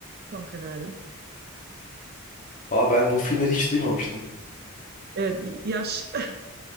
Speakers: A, on the right; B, on the left.
A: son kararım.
B: Aa ben bu filmleri hiç duymamıştım.
A: Evet, y- yaş. <laughs>